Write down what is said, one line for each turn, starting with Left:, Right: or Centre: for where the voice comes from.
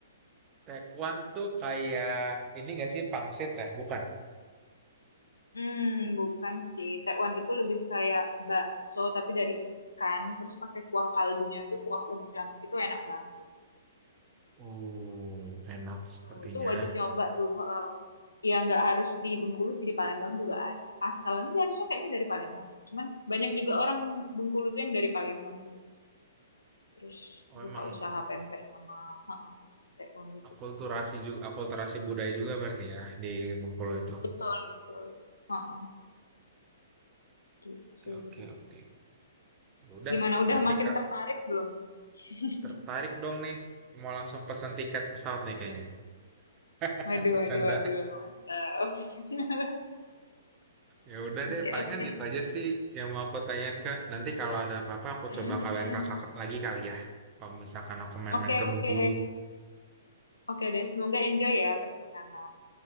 Right: Tekwan tuh kayak ini nggak sih pangsit ya? Bukan.
Left: Hmm, bukan sih. Tekwan itu lebih kayak bakso tapi dari ikan. Terus pakai kuah kaldunya tuh kuah udang. Itu enak banget.
Right: Oh, enak sepertinya.
Left: Tuh, tuh wajib nyoba tuh. heeh. ya nggak harus di Bengkulu sih di Palembang juga ada. Asalnya sih harusnya kayaknya dari Palembang. Cuman banyak juga orang Bengkulu tuh yang dari Palembang gitu. Terus
Right: Oh, emang
Left: buka usaha pempek sama heeh, tekwan di situ.
Right: akulturasi juga, akulturasi budaya juga berarti ya di Bengkulu itu.
Left: Betul, betul. Heeh, gitu.
Right: Oke, oke, oke. Ya Udah,
Left: Gimana udah
Right: nanti
Left: makin
Right: Kak
Left: tertarik belum? <laughs>
Right: tertarik dong nih. Mau langsung pesan tiket pesawat nih kayaknya. <laughs>
Left: Waduh,
Right: Bercanda.
Left: waduh, waduh, mantap. <laughs>
Right: Ya udah deh,
Left: Oke,
Right: palingan
Left: oke.
Right: itu aja sih yang mau aku tanyain Kak. Nanti kalau ada apa-apa aku
Left: Mm, mm,
Right: coba kabarin
Left: mm.
Right: Kakak lagi kali ya. Kalau misalkan aku main-main
Left: Oke,
Right: ke
Left: oke.
Right: Bengkulu.
Left: Oke deh, semoga enjoy ya pas di sana.